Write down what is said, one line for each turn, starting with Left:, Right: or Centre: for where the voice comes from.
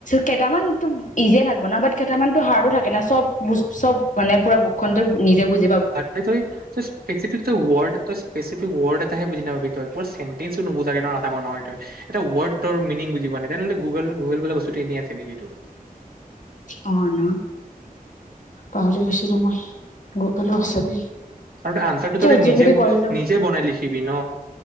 Left: কেইটামানত ইজিয়ে থাকিব ন বাট কেইটামানতো হাৰ্ডো থাকে না চব চব মানে পুৰা বুকখন ত নিজেুজ
Right: আৰু যদি কিবা এটা। স্পেচিফিক তই ৱৰ্ড তই স্পেচিফিক ৱৰ্ড এটাহে বুজি নাপাবি তই পুৰা চেণ্টেঞ্চো নুবুজাকে ত নাথাক নহয় তই এটা ৱৰ্ডৰ মিনিং বুজ প নাই তেনেহ'লে গুগল গুগুল বোলা বস্তুটো এনেই আছে নেকি এইটো।
Left: অ ন পাহৰি গৈছিলো মই গৈ গলো আছে বুলি।
Right: আৰু আনচাৰটো
Left: চেট
Right: তহঁতে নিজে
Left: জি পি টি কৰিলো
Right: নিজে বনাই লিখিবি ন।